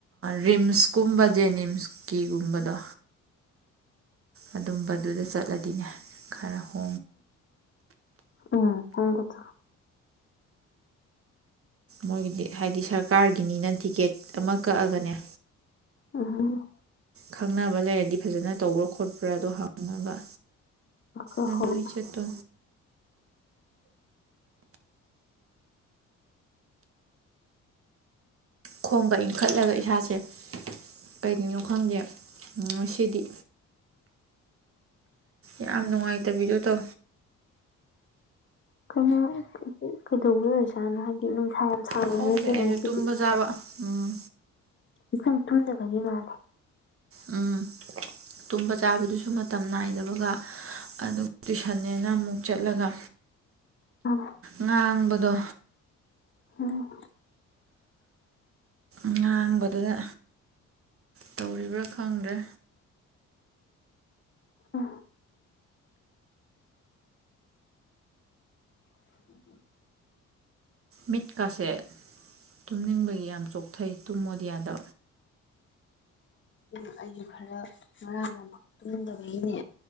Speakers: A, on the right; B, on the left.
A: ꯔꯤꯝꯁ ꯀꯨꯝꯕ ꯖꯦꯅꯤꯝꯁꯀꯤ ꯒꯨꯝꯕꯗꯣ ꯑꯗꯨꯝꯕꯗꯨꯗ ꯆꯠꯂꯗꯤꯅꯦ ꯈꯥꯔꯍꯣ
B: ꯎ ꯎ ꯊ ꯊ
A: ꯃꯣꯏꯒꯤꯗꯤ ꯍꯥꯏꯗꯤ ꯁꯔꯀꯥꯔꯒꯤꯅꯤꯅ ꯇꯤꯀꯦꯠ ꯑꯃ ꯀꯛꯑꯒꯅꯦ
B: ꯑꯝ
A: ꯈꯪꯅꯕ ꯂꯩꯔꯗꯤ ꯐꯖꯅ ꯇꯧꯕ꯭ꯔꯥ ꯈꯣꯠꯄ꯭ꯔꯥ ꯑꯗꯨꯗꯣ ꯍꯪꯉꯒ
B: ꯍꯣꯏ
A: ꯑꯗꯨꯗ
B: ꯍꯣꯏ
A: ꯆꯠꯇꯣ ꯈꯣꯡꯒ ꯏꯟꯈꯠꯂꯒ ꯏꯁꯥꯁꯦ ꯀꯩꯒꯤꯅꯣ ꯈꯪꯒꯦ ꯉ ꯁꯤꯗꯤ ꯌꯥꯝ ꯅꯨꯡꯉꯥꯏꯇꯕꯤꯗꯨ ꯇ
B: ꯀꯩꯅꯣ ꯀꯩꯗꯧꯕ ꯑꯣꯏꯔꯖꯥꯠꯅꯣ ꯍꯥꯏꯗꯤ ꯅꯨꯡꯁꯥ ꯁꯥꯕꯁꯨ
A: ꯈꯣꯡꯁꯦ
B: ꯅꯠꯇꯦꯕ
A: ꯑꯩꯁ
B: ꯉꯁꯤꯗꯤ
A: ꯇꯨꯝꯕ ꯆꯥꯕ ꯎꯝ
B: ꯏꯀꯪ ꯊꯨꯝꯗꯕꯒꯤ ꯃꯥꯂꯦ
A: ꯎꯝ ꯇꯨꯝꯕ ꯆꯥꯕꯗꯨꯁꯨ ꯃꯇꯝ ꯅꯥꯏꯗꯕꯒ ꯑꯗꯨꯒ ꯇꯨꯏꯁꯟꯅꯦꯅ ꯑꯃꯨꯛ ꯆꯠꯂꯒ
B: ꯎꯝ
A: ꯉꯥꯡꯕꯗꯣ
B: ꯎꯝ
A: ꯉꯥꯡꯕꯗꯨꯗ ꯇꯧꯔꯤꯕ꯭ꯔꯥ ꯈꯪꯗ꯭ꯔꯦ
B: ꯑ ꯎ
A: ꯃꯤꯠꯀꯥꯁꯦ ꯇꯨꯝꯅꯤꯡꯕꯒꯤ ꯌꯥꯝ ꯆꯣꯛꯊꯩ ꯇꯨꯝꯃꯣꯗꯤꯌꯥꯗ
B: ꯎ ꯑꯩꯁꯨ ꯈꯔ ꯉꯥꯡ ꯌꯥꯝ ꯇꯨꯝꯗꯕꯒꯤꯅꯦ